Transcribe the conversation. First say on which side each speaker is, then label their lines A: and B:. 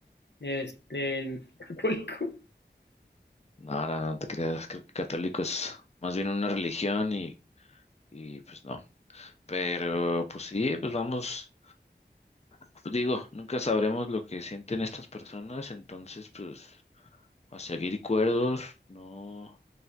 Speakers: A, on the left (about 75°); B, on the left (about 35°).
A: este, <laughs> católico.
B: No, no, no te creas, creo que católico es más bien una religión y, y pues no. Pero pues sí, pues vamos, pues digo, nunca sabremos lo que sienten estas personas, entonces pues a seguir cuerdos, no,